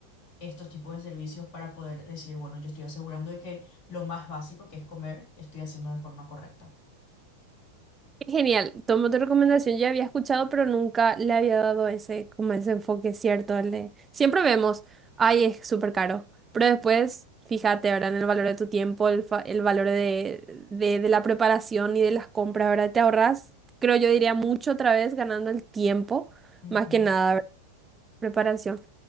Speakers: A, on the left (about 35°); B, on the right (about 15°).
A: estos tipos de servicios para poder decir, bueno, yo estoy asegurando de que lo más básico que es comer, estoy haciendo de forma correcta.
B: Qué Genial, tomo tu recomendación, ya había escuchado, pero nunca le había dado ese, como ese enfoque cierto, el de, siempre vemos, ay, es súper caro, pero después, fíjate, ¿verdad? En el valor de tu tiempo, el, fa- el valor de, de, de la preparación y de las compras, ¿verdad? Te ahorras, creo yo diría mucho otra vez ganando el tiempo,
A: Ujú,
B: más que nada, ¿verdad? Preparación.